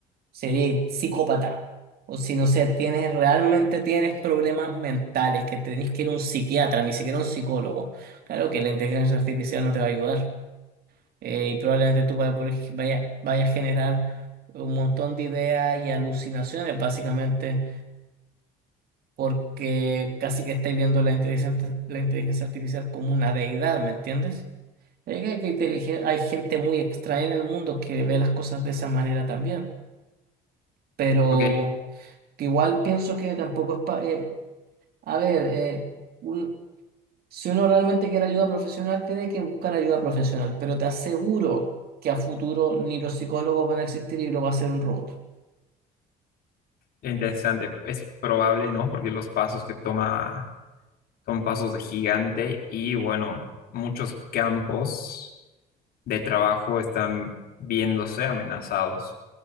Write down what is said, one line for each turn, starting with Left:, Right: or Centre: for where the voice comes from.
Right: sería eres psicópata o si no sé, tienes realmente tienes problemas mentales que tenés que ir a un psiquiatra, ni siquiera un psicólogo. Claro que la inteligencia artificial no te va a ayudar. Eh, y probablemente tú vaya, por ej- vaya, vaya a generar un montón de ideas y alucinaciones, básicamente, porque casi que estáis viendo la inteligencia, la inteligencia artificial como una deidad, ¿me entiendes? Es que- hay que intelige- Hay gente muy extraña en el mundo que ve las cosas de esa manera también, pero
Left: Ok,
Right: que igual pienso que tampoco es pa- eh, a ver, eh, un- si uno realmente quiere ayuda profesional, tiene que buscar ayuda profesional, pero te aseguro que a futuro ni los psicólogos van a existir y lo va a hacer un robot.
Left: interesante. Es probable, ¿no? Porque los pasos que toma son pasos de gigante y bueno, muchos campos de trabajo están viéndose amenazados.